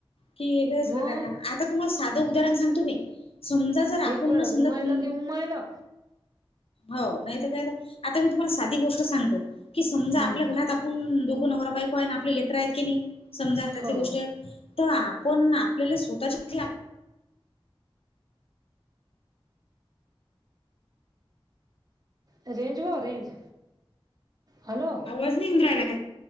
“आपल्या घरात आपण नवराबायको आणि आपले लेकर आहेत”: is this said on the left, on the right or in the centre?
Left